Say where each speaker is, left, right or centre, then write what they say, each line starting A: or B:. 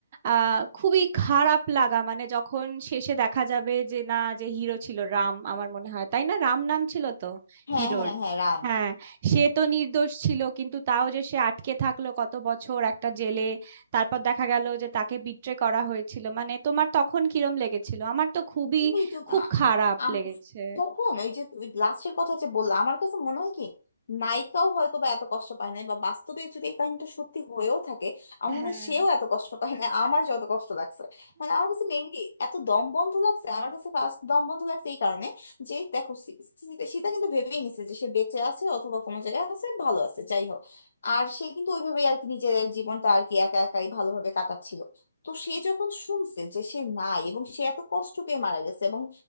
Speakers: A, on the right (about 35°); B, on the left (about 55°).
A: আহ খুবই খারাপ লাগা মানে যখন শেষে দেখা যাবে যে না যে হিরো ছিল রাম আমার মনে হয় তাই না রাম নাম ছিল তো
B: হ্যাঁ
A: হিরোর
B: হ্যাঁ হ্যাঁ রাম
A: হ্যাঁ সে তো নির্দোষ ছিল কিন্তু তাও যে সে আটকে থাকলো কত বছর একটা জেলে তারপর দেখা গেল যে তাকে বিট্রে করা হয়েছিল মানে তোমার তখন কিরম লেগেছিল আমার তো খুবই
B: এই তো
A: খুব
B: আ-
A: খারাপ
B: আম-
A: লেগেছে
B: তখন ওই যে লাস্টের কথা যে বললাম আমার কাছে মনে হয় কি নায়িকাও হয়তো বা এত কষ্ট পায় নাই বা বাস্তবে যদি এই কাহিনীটা সত্যি হয়েও থাকে আমার মনে
A: হ্যাঁ
B: হয় সেও এত কষ্ট পায় না আমার যত কষ্ট লাগছে মানে আমার কাছে মেইনলি এত দম বন্ধ লাগছে আমার কাছে ফার্স্ট দম বন্ধ লাগছে এই কারণে যে দেখো সী- সীতা সীতা কিন্তু ভেবেই নিছে যে সে বেঁচে আছে অথবা কোনো জায়গায় আছে ভালো আছে যাই হোক আর সে কিন্তু ওইভাবেই আর কি নিজের জীবনটা আর কি একা একাই ভালোভাবে কাটাচ্ছিল তো সে যখন শুনছে যে সে নাই এবং সে এত কষ্ট পেয়ে মারা গেছে এবং